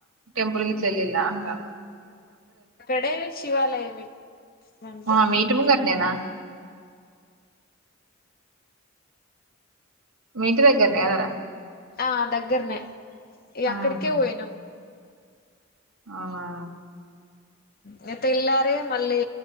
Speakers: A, on the right (about 80°); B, on the left (about 45°).
A: టెంపుల్ కి గిట్ల ఎల్లిళ్ల అంటన్న
B: ఇక్కడే శివాలయం అంతే
A: ఆ మీ ఇంటి ముంగట నేనా మింటి తగ తారా
B: ఆ దగ్గరనే ఇ అక్కడికే
A: ఆహా!
B: పోయినాం
A: అవునా
B: ఇగ తేల్లారే మళ్ళీ